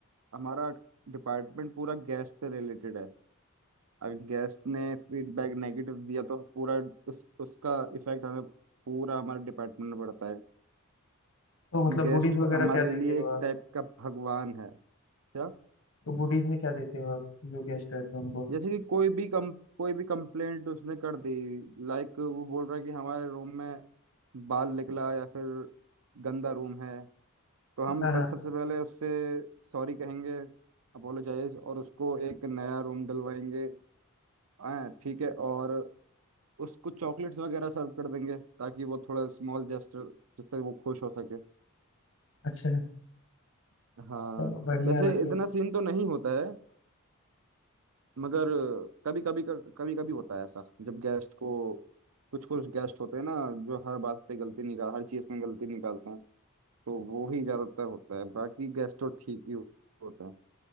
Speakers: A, on the right; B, on the left.
A: हमारा डिपार्टमेंट पूरा गेस्ट से रिलेटेड है अगर गेस्ट ने फीडबैक नेगेटिव दिया तो पूरा उस, उसका इफेक्ट हमें पूरा हमारे डिपार्टमेंट में पड़ता है
B: तो मतलब
A: गेस्ट
B: गुडीज वगैरह
A: हमारे
B: क्या
A: लिए
B: देते हो
A: एक
B: आप
A: टाइप का भगवान है क्या
B: तो गुडीज में क्या देते हो आप जो गेस्ट रहते हो उनको
A: जैसे कि कोई भी कम कोई भी कंप्लेंट उसने कर दी लाइक वो बोल रहा है कि हमारे रूम में बाल निकला या फिर गंदा रूम है तो हम
B: हाँ हाँ,
A: प- सबसे पहले उससे सॉरी कहेंगे अपोलोजाइज और उसको एक नया रूम दिलवाएंगे हाँ ठीक है और उसको चॉकलेट्स वगैरह सर्व कर देंगे ताकि वो थोड़ा स्मॉल जेस्टर जिससे वो खुश हो सके
B: अच्छा
A: हाँ
B: चलो बढ़िया
A: वैसे
B: है वैसे
A: इतना सीन तो नहीं होता है मगर कभी कभी कभी कभी होता है ऐसा जब गेस्ट को कुछ कुछ गेस्ट होते हैं ना जो हर बात पे गलती निकाल हर चीज में गलती निकालते हैं तो वो ही ज्यादातर होता है बाकी गेस्ट तो ठीक ही होता है